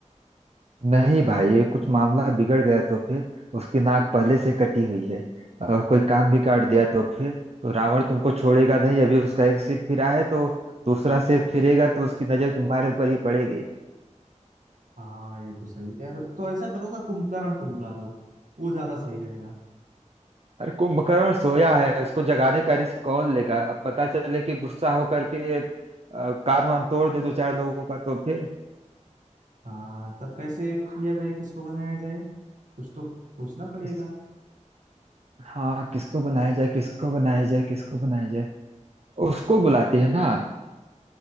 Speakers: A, on the right; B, on the right.
A: नहीं भाई ये कुछ मामला बिगड़ गया तो फिर उसकी नाक पहले से कटी हुई है और कोई कान भी काट दिया तो फिर तो रावण तुमको छोड़ेगा नहीं अभी उसका एक सिर फिरा है तो दूसरा सिर फिरेगा तो उसकी नजर तुम्हारे ऊपर ही पड़ेगी
B: हाँ ये तो सही कह रहे हो। तो ऐसा करो ना कुंभकर्ण को बुला लो वो ज्यादा सही रहेगा
A: अरे कुंभकर्ण सोया है उसको जगाने का रिस्क कौन लेगा अब पता चले कि गुस्सा होकर के अ, कान वान तोड़ दे दो चार लोगों का तो फिर
B: हाँ तब कैसे किया जाए किसको बनाया जाए कुछ तो पूछना पड़ेगा
A: किस, हाँ किसको बनाया जाए किसको बनाया जाए किसको बनाया जाए उसको बुलाते हैं ना